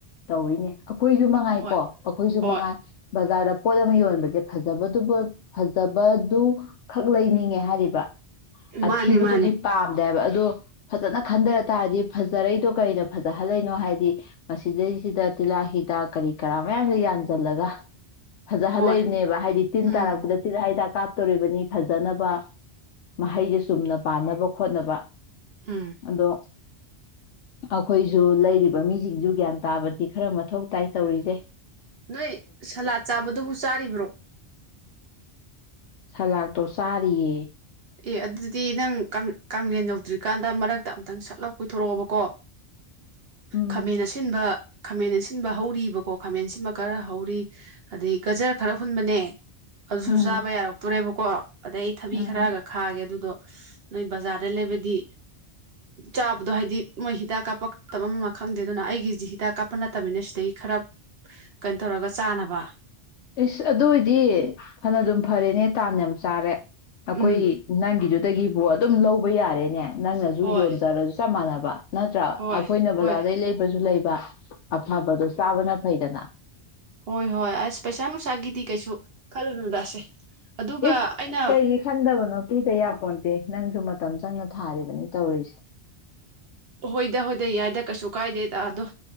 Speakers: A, on the left (about 90°); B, on the right (about 65°).
A: ꯇꯧꯔꯤꯅꯦ ꯑꯩꯈꯣꯏꯁꯨ ꯃꯉꯥꯏꯀꯣ
B: ꯍꯣꯏ
A: ꯑꯩꯈꯣꯏꯁꯨ
B: ꯍꯣꯏ
A: ꯃꯉꯥꯏ ꯕꯖꯥꯔꯗ- ꯄꯣꯠ ꯑꯃ ꯌꯣꯟꯕꯁꯦ ꯐꯖꯕꯗꯨꯕ ꯐꯖꯕꯗꯨ ꯈꯛ ꯂꯩꯅꯤꯡꯉꯦ ꯍꯥꯏꯔꯤꯕ ꯑꯊꯤꯕꯗꯨꯗꯤ
B: ꯃꯥꯅꯦ ꯃꯥꯅꯦ
A: ꯄꯥꯝꯗꯦ ꯍꯥꯏꯕ ꯑꯗꯣ ꯐꯖꯅ ꯈꯟꯗꯔ- ꯍꯥꯏ ꯇꯥꯔꯗꯤ ꯐꯖꯔꯩꯗꯣ ꯀꯔꯤꯅ ꯐꯖꯍꯜꯂꯩꯅꯣ ꯍꯥꯏꯗꯤ ꯃꯁꯤꯗꯩꯁꯤꯗ ꯇꯤꯂꯥ ꯍ- ꯍꯤꯗꯥꯛ ꯀꯔꯤ ꯀꯔꯥ ꯃꯌꯥꯝꯁꯦ ꯌꯥꯟꯖꯜꯂꯒ ꯐꯖꯍꯜꯂꯛꯏꯕꯅꯦꯕ
B: ꯍꯣꯏ
A: ꯍꯥꯏꯗꯤ ꯇꯤꯟ
B: ꯎꯝ
A: ꯇꯥꯔꯛꯄꯗ ꯇꯤꯜ ꯍꯥꯠ ꯍꯤꯗꯥꯛ ꯀꯥꯞ- ꯇꯣꯔꯤꯕꯅꯤ ꯐꯖꯅꯕ ꯃꯍꯩꯁꯦ ꯆꯨꯝꯅ ꯄꯥꯟꯅꯕ ꯈꯣꯠꯅꯕ
B: ꯎꯝ
A: ꯑꯗꯣ ꯑꯩꯈꯣꯏꯁꯨ ꯂꯩꯔꯤꯕ ꯃꯤꯁꯤꯡꯁꯨ ꯒ꯭ꯌꯥꯟ ꯇꯥꯕꯗꯤ ꯈꯔ ꯃ- ꯊꯧ ꯇꯥꯏ ꯇꯧꯔꯤꯖꯦ
B: ꯅꯣꯏ ꯁꯂꯥꯠ ꯆꯥꯕꯗꯨꯕꯨ ꯆꯥꯔꯤꯕ꯭ꯔꯣ
A: ꯁꯂꯥꯥꯛꯇꯣ ꯆꯥꯔꯤꯌꯦ
B: ꯑꯦ ꯑꯗꯨꯗꯤ ꯅꯪ ꯀꯦꯟ ꯌꯧꯗ꯭ꯔꯤꯀꯥꯟꯗ ꯃꯔꯛꯇ ꯑꯝꯇꯪ ꯁꯠꯂꯥꯎ ꯀꯣꯏꯊꯣꯔꯛꯑꯣꯕꯀꯣ
A: ꯎꯝ
B: ꯈꯥꯃꯦꯟ ꯑꯁꯤꯟꯕ ꯈꯥꯃꯦꯟ ꯑꯁꯤꯟꯕ ꯍꯧꯔꯤꯕꯀꯣ ꯈꯥꯃꯦꯟ ꯑꯁꯤꯟꯃ ꯈꯔ ꯍꯧꯔꯤ ꯑꯗꯗꯒꯤ ꯒꯖꯔ ꯈꯔ ꯍꯨꯟꯕꯅꯦ ꯑꯗꯨꯁꯨ
A: ꯎꯝ
B: ꯆꯥꯕ ꯌꯥꯔꯛꯇꯣꯔꯦꯕ <unintelligible> ꯑꯗꯩ ꯊꯕꯤ
A: ꯎꯝ
B: ꯈꯔꯒ ꯑꯗꯨꯗꯣ ꯅꯣꯏ ꯕꯖꯥꯔꯗ ꯂꯩꯕꯗꯤ ꯆꯥꯕꯗꯣ ꯍꯥꯏꯗꯤ ꯃꯣꯏ ꯍꯤꯗꯥꯛ ꯀꯥꯞꯄ ꯀꯥꯇꯕ ꯑꯃꯃ ꯈꯪꯗꯦ ꯑꯗꯨꯅ ꯑꯩꯒꯤꯁꯤ ꯍꯤꯗꯥꯛ ꯀꯥꯞꯄ ꯅꯠꯇꯕꯅꯤꯅ ꯁꯤꯗꯒꯤꯩ ꯈꯔ ꯀꯩꯅꯣ ꯇꯧꯔꯒ ꯆꯥꯅꯕ
A: ꯏꯁꯁ ꯑꯗꯨꯏꯗꯤ ꯐꯅ ꯑꯗꯨꯝ ꯐꯔꯦꯅꯦ ꯇꯥꯟꯅ ꯌꯥꯝ ꯆꯥꯔꯦ
B: ꯎꯝ
A: ꯀꯣꯏ ꯅꯒꯤꯗꯨ ꯗꯒꯤꯕꯨ ꯑꯗꯨꯝ ꯂꯧꯕ ꯌꯥꯔꯦꯅꯦ ꯅꯪꯅꯁꯨ
B: ꯍꯣꯏ
A: ꯌꯣꯟ ꯆꯔꯁꯨ ꯆꯞ ꯃꯥꯟꯅꯕ ꯋꯥ ꯅꯠꯇ꯭ꯔꯥ
B: ꯍꯣꯏ
A: ꯑꯩꯈꯣꯏꯅ ꯕꯖꯥꯔꯗꯩ
B: ꯍꯣꯏ
A: ꯂꯩꯕꯁꯨ ꯂꯩꯕ ꯑꯐꯕꯗꯣ ꯆꯥꯕꯅ ꯐꯩꯗꯅ
B: ꯍꯣꯏ ꯍꯣꯏ ꯑꯁ ꯄꯩꯁꯥ ꯅꯨꯡꯁꯥꯒꯤꯗꯤ ꯀꯩꯁꯨ ꯈꯜꯂꯨꯅꯨꯗꯁꯦ ꯑꯗꯨꯒ
A: ꯏꯁ
B: ꯑꯩꯅ
A: ꯀꯩꯒꯤ ꯈꯟꯗꯕꯅꯣ ꯄꯤꯗ ꯌꯥꯄꯣ ꯅꯪꯁꯨ ꯃꯇꯝ ꯆꯪꯅ ꯊꯥꯔꯤꯕꯅꯤ ꯇꯧꯔꯤꯁꯦ
B: ꯍꯣꯏꯗ ꯍꯣꯏꯗ ꯌꯥꯏꯗ ꯀꯩꯁꯨ ꯀꯥꯏꯗꯦꯗ ꯑꯗꯣ